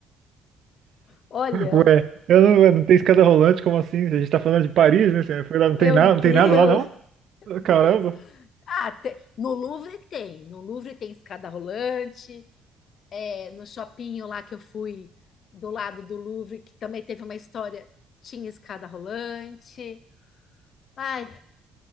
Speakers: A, on the left; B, on the right.
A: Olha,
B: Ué, eu não, ué, não tem escada rolante, como assim? A gente tá falando de Paris, né? Você foi lá, não
A: meu
B: tem nada,
A: Deus,
B: não tem nada lá, não?
A: <laughs> Deus.
B: Caramba.
A: Ah, te- no Louvre tem, no Louvre tem escada rolante. É, no shopping lá que eu fui do lado do Louvre, que também teve uma história, tinha escada rolante. Ai,